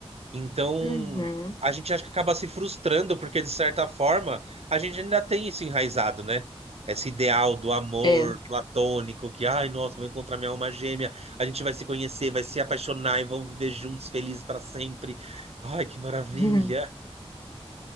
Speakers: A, on the right; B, on the left.
A: Então,
B: Uhum.
A: a gente acha que acaba se frustrando, porque de certa forma, a gente ainda tem isso enraizado, né? Esse ideal do amor
B: É. <laughs>
A: platônico, que, ai, nossa, vou encontrar minha alma gêmea, a gente vai se conhecer, vai se apaixonar e vão viver juntos felizes para sempre. Ai, que maravilha.
B: Uhum.